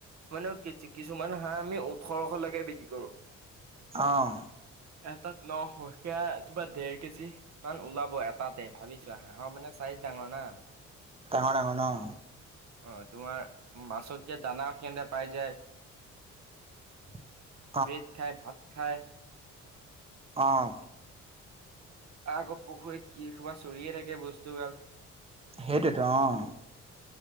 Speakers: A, on the right; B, on the right.
A: মানে কি-কিছুমান হাঁহ আমি ওঠৰশলৈকে বিক্ৰী কৰো।
B: অহ'।
A: এটাত নশ সেইয়া কিবা ডেৰ কেজি। ইমান ওলাব এটাতে ভাবি চোৱা, হাঁহৰ মানে চাইজ ডাঙৰ নাহ।
B: ডাঙৰ, ডাঙৰ ন'।
A: অ' তোমাৰ মাছত দিয়া দানা সিহঁতে পাই যায়
B: <unintelligible>
A: ব্ৰেড খাই, ভাত খায়।
B: অহ'।
A: আকৌ পুখুৰীত কি কোবা চৰিয়ে থাকে বস্তুগাল।
B: সেইটোৱেটো অহ'।